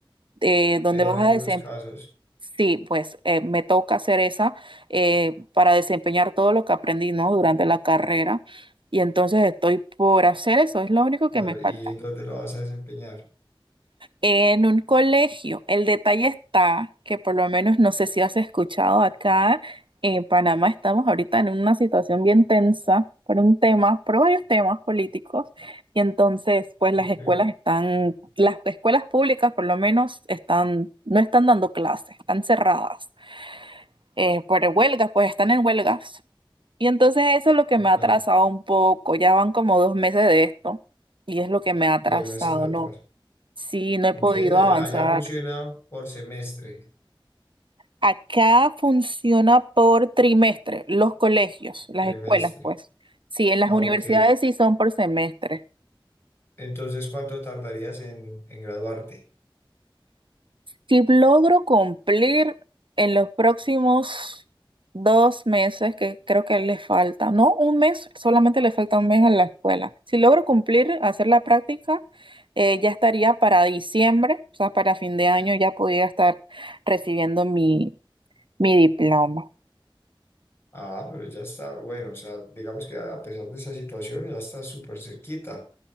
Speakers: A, on the right; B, on the left.
A: eh, donde
B: En
A: vas
B: algunos
A: a desempeñar.
B: casos,
A: Sí, pues eh, me toca hacer esa eh, para desempeñar todo lo que aprendí, ¿no? Durante la carrera. Y entonces estoy por hacer eso, es lo único
B: claro.
A: que me falta.
B: ¿Y en dónde lo vas a desempeñar?
A: En un colegio, el detalle está que por lo menos no sé si has escuchado acá en Panamá estamos ahorita en una situación bien tensa por un tema, por varios temas políticos y entonces pues las escuelas
B: Sí,
A: están, las escuelas públicas por lo menos están, no están dando clases, están cerradas eh, por huelgas, pues están en huelgas y entonces eso es lo que me ha
B: claro.
A: atrasado un poco, ya van como dos meses de esto y es lo que me ha atrasado,
B: Dos meses de atrás.
A: ¿no? Sí, no
B: Ok,
A: he podido
B: allá,
A: avanzar
B: allá funciona por semestre,
A: Acá funciona por trimestre, los colegios, las
B: trimestre.
A: escuelas, pues. Sí, en las
B: Ah,
A: universidades
B: ok.
A: sí son por semestre.
B: Entonces, ¿cuánto tardarías en, en graduarte?
A: Si logro cumplir en los próximos dos meses, que creo que le falta, no un mes, solamente le falta un mes a la escuela. Si logro cumplir, hacer la práctica, eh, ya estaría para diciembre, o sea, para fin de año ya podría estar recibiendo mi, mi diploma.
B: Ah, pero ya está, bueno, o sea, digamos que a pesar de esa situación, ya está súper cerquita.